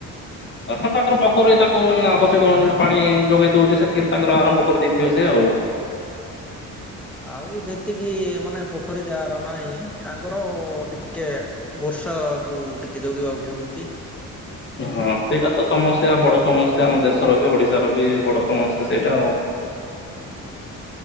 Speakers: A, on the left; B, in the centre.
A: ଅର୍ଥ ତାଙ୍କର ପୋଖରୀ ତାଙ୍କୁ ଆବଶ୍ୟକ
B: ହଁ।
A: ପାଣି ଯୋଗେଇ ଦୋଉଛି ସେତିକିରେ ତାଙ୍କର ଆରମ୍ଭ କରିଦେଇଥିବ ସେ ଆଉ।
B: ଆଉ ଯେତିକି ମାନେ ପୋଖରୀ ଯାର ନାହିଁ ତାଙ୍କର ଟିକେ ବୋ ର୍ଷାକୁ ଟିକେ ଜଗିବାକୁ ପଡୁଚି।
A: ହଁ ସେଇଟା ତ ସମସ୍ୟା ବଡ ସମସ୍ୟା ଆମ ଦେଶର ବି ଓଡିଶାର ବି ବଡ ସମସ୍ୟା ସେଇଟା ଆଉ। <inaudible>